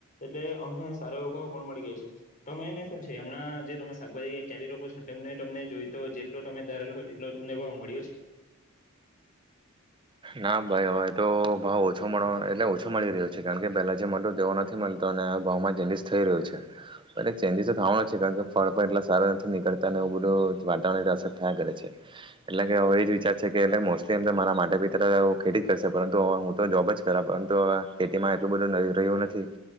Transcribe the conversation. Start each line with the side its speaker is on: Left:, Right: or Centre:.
Left: એટલે અમને સારા એવા ભાવ પણ મળી ગયા છે તમે ન શું છે હમણાં જે તમે શાકભાજી ક્યારે ર છો તમને તમને જોય તો જેટલો તમે ધારેલો હોય તેટલો તમને ભાવ મળ્યો છે
Right: ના ભાઈ હવે તો ભાવ ઓછો મળ એટલે ઓછો મળી રહ્યો છે કારણ કે પહેલા જે મ દેવો નથી મળતો અને ભાવમાં ચેન્જીસ થઈ રહ્યો છે એટલે ચેન્જીસ તો થવાનો છે કારણ કે ફળ પણ એટલા સારો નથી નીકળતા અને એવું બધું વાતાવરણ અસર થયા કરે છે એટલે કે હવે એ જ વિચાર છે કે એટ મોસ્ટલી એમ મારા માટેી ્યારે ખેતી જ કરશે પરંતુ હવે હું તો જોબ જ કરા પરંતુ હવે ખેતીમાં એટલું બધું ન રહ્યું નથી